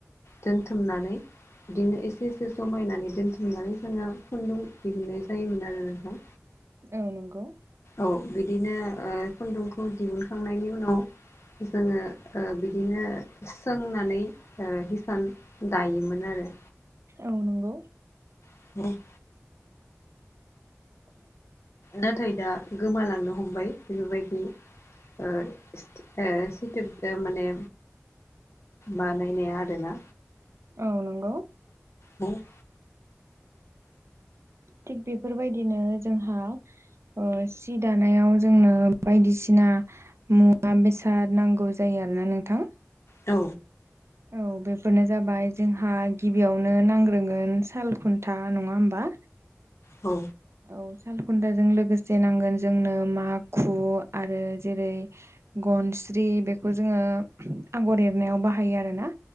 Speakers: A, on the left; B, on the right.
A: दोनथुमनानै बिदिनो एसे एसे समायनानै दोनथुमनानै जोङो खुनदुं दिहुननाय जायोमोन आरो नोंथां
B: औ नंगौ
A: औ बिदिनो खुनदुंखौ दिहुनखांनायनि उनाव जोङो ओ बिदिनो सोंनानै ओ सान दायोमोन आरो
B: औ नंगौ
A: ह <unintelligible>
B: उ <unintelligible>
A: नाथाय दा गोमालांनो हमबाय बेफोरबायदि <unintelligible> सिथुब माने बानायनाया आरोना
B: औ नंगौ
A: हो <unintelligible>
B: थिग बेफोरबायदिनो जोंहा ओ सि दानायाव जोंनो बायदिसिना मुवा बेसाद नांगौ जायो आरोना नोंथां
A: औ
B: औ बेफोरनो जाबाय जोंहा गिबियाव नो नांग्रोगोन साल खुनथा नङा होनबा
A: औ
B: औ साल खुनथाजों लोगोसे नांगोन जोंनो माखु आरो जेरै गनस्रि बेखौ जोङो आगर एरनायाव बाहायो आरोना